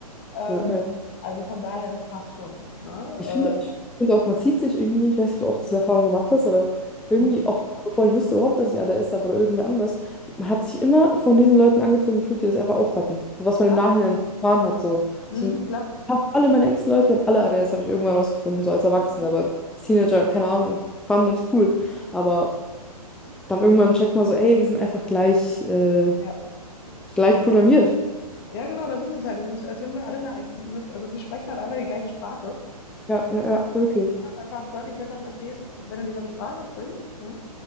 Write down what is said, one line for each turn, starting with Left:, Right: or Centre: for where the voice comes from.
Left: Ähm,
Centre: Ja, äh,
Left: also von daher, das passt schon. Ne?
Centre: ich finde, ich finde auch, man zieht sich irgendwie, ich weiß nicht, ob du auch diese Erfahrung gemacht hast, aber irgendwie,
Left: Äh, mh,
Centre: auch bevor ich wusste überhaupt, dass ich ADS habe oder irgendwer anders, man hat sich immer von diesen Leuten angezogen gefühlt, die das einfach auch hatten. Was man
Left: klar,
Centre: im Nachhinein erfahren hat. So.
Left: mh,
Centre: So,
Left: klar.
Centre: fast alle meine engsten Leute, die haben alle ADS, habe ich irgendwann rausgefunden,
Left: Mh,
Centre: so als Erwachsener,
Left: ja.
Centre: aber als Teenager, keine Ahnung, fanden uns cool. Aber dann irgendwann checkt man so, ey, wir sind einfach gleich. Äh,
Left: Ja.
Centre: Gleich programmiert.
Left: Ja, genau, das ist es halt. Es ist, als wenn wir alle, eine, eine- also wir sprechen halt einfach die gleiche Sprache.
Centre: Ja, ja, ja, wirklich.
Left: Aber einfach deutlich besser verstehst, wenn du dieselbe Sprache sprichst, ne?